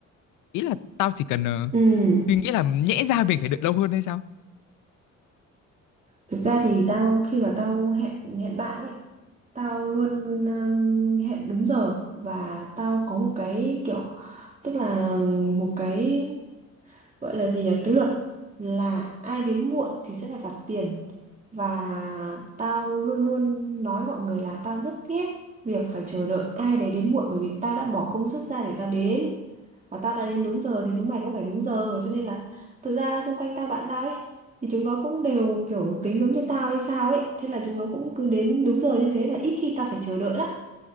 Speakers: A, on the left (about 85°); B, on the right (about 25°).
A: ý là tao chỉ cần ờ,
B: Ừ,
A: suy nghĩ là nhẽ ra mình phải đợi lâu hơn hay sao
B: thực ra thì tao khi mà tao hẹn hẹn bạn ấy, tao luôn um, hẹn đúng giờ và tao có một cái kiểu tức là một cái gọi là gì nhỉ, cái luật là ai đến muộn thì sẽ phải phạt tiền. và tao luôn luôn nói mọi người là tao rất ghét việc phải chờ đợi ai đấy đến muộn bởi vì tao đã bỏ công sức ra để tao đến và tao đã đến đúng giờ thì chúng mày cũng phải đúng giờ cho nên là thực ra xung quanh tao bạn tao ấy thì chúng nó cũng đều kiểu tính giống như tao hay sao ấy thế là chúng nó cũng cứ đến đúng giờ như thế và ít khi tao phải chờ đợi lắm